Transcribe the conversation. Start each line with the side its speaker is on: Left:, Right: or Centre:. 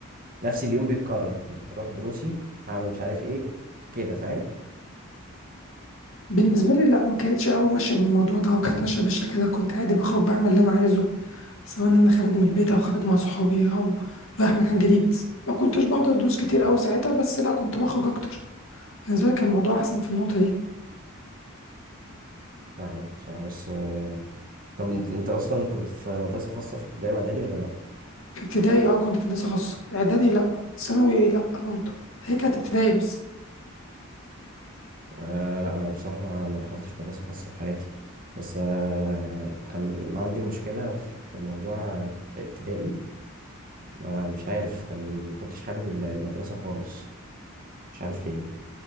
Right: نفس اليوم بيتكرر اروح دروسي هعمل مش عارف ايه كده فاهم
Left: بالنسبه لي لا ما كانتش قوي ماشيه بالموضوع ده وكانت ماشيه بالشكل ده كنت عادي بخرج بعمل اللي انا عايزه سواء ان انا خارج من البيت او خارج مع صحابي او رايح مكان جديد ما كنتش بحضر دروس كتير قوي ساعتها بس لا كنت بخرج اكتر بالنسبه لي كان الموضوع احسن في النقطه دي
Right: فاهمك بصراحه بس أه طب انت انت اصلا كنت في مدرسه خاصه في ابتدائي واعدادي ولا لا
Left: في ابتدائي اه كنت في هندسه خاصه اعدادي لا ثانوي لا برضو هي كانت ابتدائي بس
Right: أه لا انا بصراحه ما ما دخلتش مدرسه خاصه في حياتي بس أه كان عندي مشكله في موضوع ابتدائي ما مش عارف كان ما كنتش حابب ال- المدرسة خالص مش عارف ليه